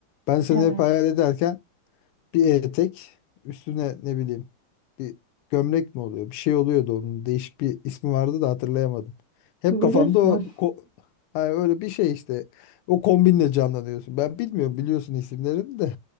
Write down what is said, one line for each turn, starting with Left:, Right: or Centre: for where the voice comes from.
Left: Ben seni
Right: Evet.
Left: hep hayal ederken bir etek üstüne ne bileyim bir gömlek mi oluyor bir şey oluyordu onun değişik bir ismi vardı da hatırlayamadım. Hep
Right: Bluz
Left: kafamda o
Right: mu?
Left: ko- yani öyle bir şey işte o kombinle canlanıyorsun. Ben bilmiyorum biliyorsun isimlerini de